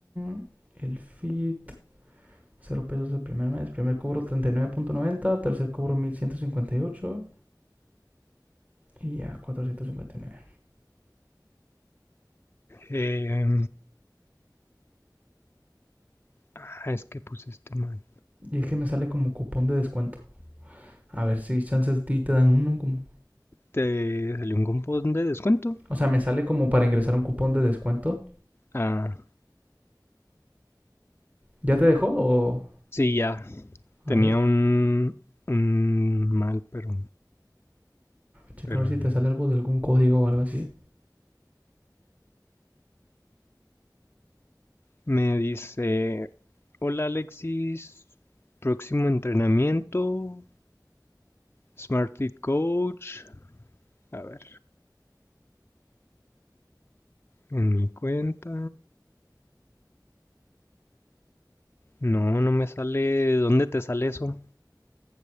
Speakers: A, on the right; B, on the left.
A: mm, el fit. cero pesos el primer mes. Primer cobro treinta y nueve punto noventa tercer cobro mil ciento cincuenta y ocho y ya cuatrocientos cincuenta Y nueve
B: eh, ah, es que puse este mal.
A: y es que me sale como cupón de descuento. A ver si chances de ti te dan uno como.
B: ¿Te salió un cupón de descuento?
A: O sea, me sale como para ingresar un cupón de descuento.
B: Ah,
A: ¿Ya te dejó o
B: sí, ya, tenía
A: a ver,
B: un, un mal, pero
A: checa
B: Pero
A: a ver si
B: ya.
A: te sale algo de algún código o algo así?
B: Me dice, hola Alexis, próximo entrenamiento, Smart Fit Coach. A ver, en mi cuenta. No, no me sale. ¿Dónde te sale eso?